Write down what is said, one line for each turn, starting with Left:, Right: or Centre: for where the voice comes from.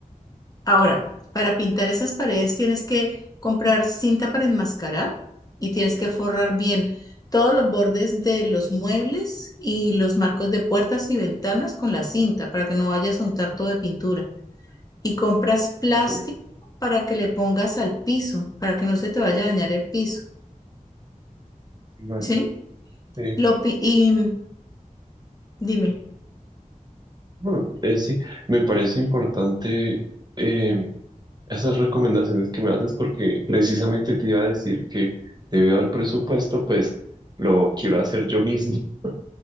Left: Ahora, para pintar esas paredes tienes que comprar cinta para enmascarar y tienes que forrar bien todos los bordes de los muebles y los marcos de puertas y ventanas con la cinta para que no vayas a untar todo de pintura. y compras plástico
Right: ok,
Left: para que le pongas al piso, para que no se te vaya a dañar el piso,
Right: Bueno,
Left: ¿sí?
Right: sí.
Left: Lo pi- y dime,
Right: Bueno, eh, sí, me parece importante eh, Esas recomendaciones que me haces porque precisamente te iba a decir que debido al presupuesto, pues lo quiero hacer yo mismo. <laughs>